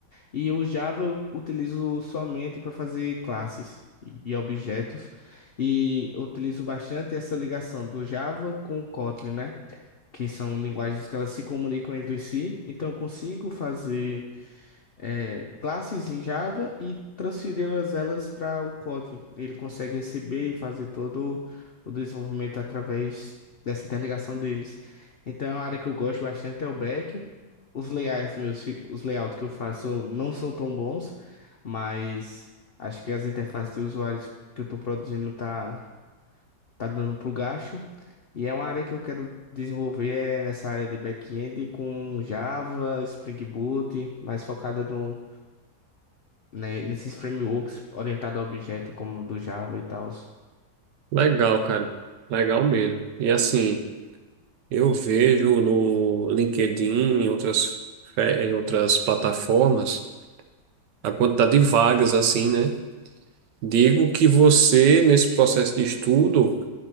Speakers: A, on the left (about 65°); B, on the right (about 80°).
A: E o Java eu utilizo somente para fazer classes e e objetos. E eu utilizo bastante essa ligação do Java com o Kotlin, né? que são linguagens que elas se comunicam entre si. Então, eu consigo fazer eh, classes em Java e transferi-las elas para o Kotlin. Ele consegue receber e fazer todo o desenvolvimento através dessa interligação deles. Então, a área que eu gosto bastante é o back. Os layouts meus, fi- os layouts que eu faço não são tão bons, mas acho que as interfaces de usuários que eu estou produzindo tá tá dando pro gasto. E é uma área que eu quero desenvolver é nessa área de back-end com Java, Spring Boot, mais focada no, né, nesses frameworks orientado a objeto como do Java e tal.
B: Legal, cara. Legal mesmo. E assim. Eu vejo no LinkedIn, em outras, fe- em outras plataformas, a quantidade de vagas assim, né? Digo que você, nesse processo de estudo,